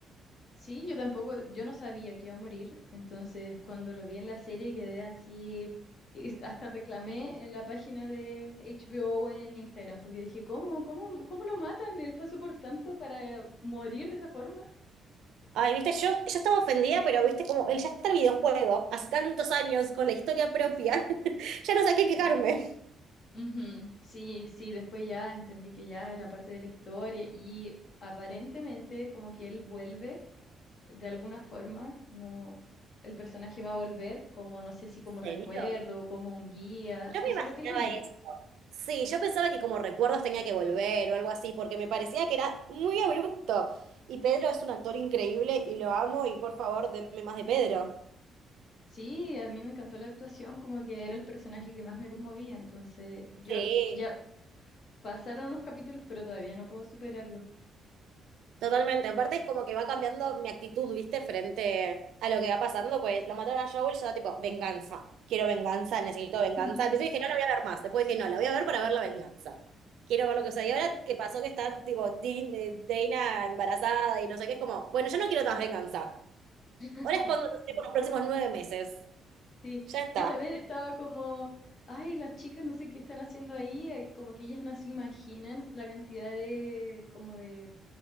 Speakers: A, on the left (about 40°); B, on the right (about 70°).
A: Sí, yo tampoco, yo no sabía que iba a morir, entonces cuando lo vi en la serie quedé así, y hasta reclamé en la página de HBO en Instagram, porque dije, ¿cómo, cómo, cómo lo matan? Él pasó por tanto para morir de esa forma.
B: Ay, viste, yo, yo estaba ofendida, pero viste, como el ya está el videojuego, hace tantos años, con la historia propia, <laughs> ya no sabía qué quejarme.
A: Mm,
B: ¿En
A: ujú, Sí, sí, después ya entendí que ya era parte de la historia y aparentemente como que él vuelve de alguna forma, no, el personaje va a volver como, no sé si como recuerdo,
B: serio?
A: como un guía,
B: Yo
A: eso
B: me imaginaba
A: es lo que leí.
B: eso. Sí, yo pensaba que como recuerdos tenía que volver o algo así, porque me parecía que era muy abrupto. Y Pedro es un actor increíble y lo amo y por favor, denme más de Pedro.
A: Sí, a mí me encantó la actuación, como que era el personaje que más me conmovía, entonces yo
B: Sí.
A: ya pasaron unos capítulos, pero todavía no puedo superarlo.
B: Totalmente, aparte es como que va cambiando mi actitud, ¿viste? Frente a lo que va pasando, pues lo mataron a Joel, yo estaba tipo, venganza, quiero venganza, necesito venganza.
A: <laughs>
B: Al principio dije, no la voy a ver más, después dije, no, la voy a ver para ver la venganza. Quiero ver lo
A: Sí.
B: que sucede. Y ahora que pasó que está tipo Din- eh, Dana embarazada y no sé qué, es como, bueno, yo no quiero más venganza.
A: <laughs>
B: Ahora es cuando nos
A: Sí,
B: por los próximos nueve meses.
A: sí.
B: Ya está.
A: yo también estaba como, ay, las chicas no sé qué están haciendo ahí, eh, como que ellas no se imaginan la cantidad de, como de,